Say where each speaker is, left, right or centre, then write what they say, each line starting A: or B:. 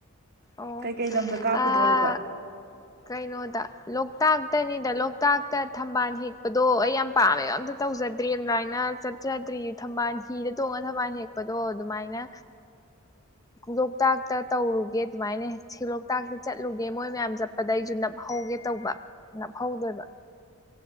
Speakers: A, on the left; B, on the right.
A: ꯑꯣ
B: ꯀꯩꯀꯩ ꯂꯝꯗ ꯀꯥꯞꯄꯨꯗꯣꯔꯕ
A: ꯑꯥ ꯀꯩꯅꯣꯗ ꯂꯣꯛꯇꯥꯛꯇꯅꯤꯗ ꯂꯣꯛꯇꯥꯛꯇ ꯊꯝꯕꯥꯜ ꯍꯦꯛꯄꯗꯣ ꯑꯩ ꯌꯥꯝ ꯄꯥꯝꯃꯦꯕ ꯑꯝꯇ ꯇꯧꯖꯗ꯭ꯔꯤ ꯑꯃꯥꯢꯅ ꯆꯠꯆꯗ꯭ꯔꯤ ꯊꯝꯕꯥꯜ ꯍꯤꯗ ꯇꯣꯡꯉꯒ ꯊꯝꯕꯥꯜ ꯍꯦꯛꯄꯗꯣ ꯑꯗꯨꯃꯥꯢꯅ ꯂꯣꯛꯇꯥꯛꯇ ꯇꯧꯔꯨꯒꯦ ꯑꯗꯨꯃꯥꯢꯅ ꯁꯤꯂꯣꯛꯇꯥꯛꯇ ꯆꯠꯂꯨꯒꯦ ꯃꯣꯢ ꯃꯌꯥꯝ ꯆ ꯑꯗꯩꯖꯨ ꯅꯞꯍꯧꯒꯦ ꯇꯧꯕ ꯅꯞꯍꯧꯗꯣꯢꯕ